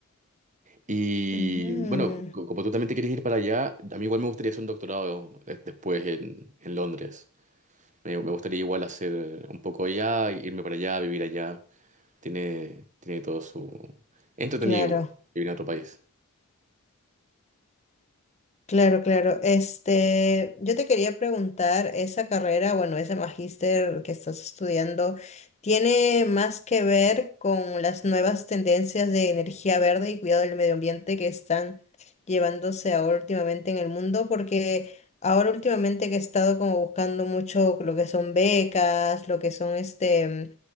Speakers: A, on the right (about 35°); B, on the left (about 30°).
A: Y
B: ujú,
A: bueno, co- como tú también te quieres ir para allá, a mí igual me gustaría hacer un doctorado eh, después en en Londres. Me, me gustaría igual hacer un poco allá, irme para allá, vivir allá. Tiene, tiene todo su... es entretenido
B: Claro.
A: igual, vivir en otro país.
B: Claro, claro. Este, yo te quería preguntar, esa carrera, bueno, ese magíster que estás estudiando, ¿tiene más que ver con las nuevas tendencias de energía verde y cuidado del medio ambiente que están llevándose ahora últimamente en el mundo? Porque ahora últimamente que he estado como buscando mucho lo que son becas, lo que son este,